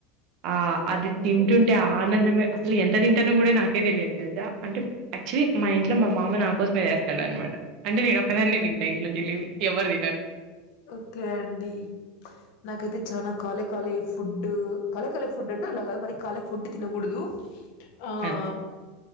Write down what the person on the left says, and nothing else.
ఓకే
అండి.
ఓకే అండి నాకైతే చానా కాలే కాలే ఫుడ్ కాలే కాలే ఫుడ్ అంటే అలాగా కాద్ మరి కాలే ఫుడ్ తినకూడదు ఆ ఆ